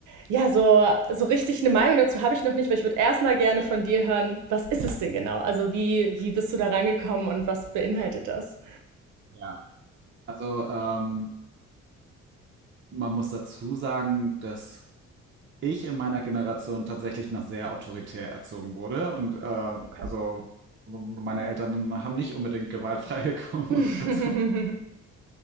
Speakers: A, on the right; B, on the right.
A: ja, so, so richtig eine Meinung dazu habe ich noch nicht, weil ich würde erstmal gerne von dir hören, was ist es denn genau? Also wie, wie bist du da rangekommen und was beinhaltet das?
B: Ja. Also ähm, man muss dazu sagen, dass ich in meiner Generation tatsächlich noch sehr autoritär erzogen wurde. Und ähm,
A: Okay.
B: also meine Eltern haben nicht unbedingt gewaltfreie <laughs> Kommunikation
A: <laughs> mhm.